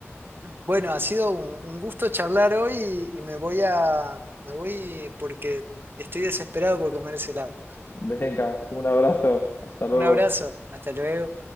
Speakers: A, on the right (about 50°); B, on the left (about 55°).
A: Bueno, ha sido un, un gusto charlar hoy y, y me voy a, me voy porque estoy desesperado por comer ese helado.
B: Venga, un abrazo, hasta luego.
A: Un abrazo, hasta luego.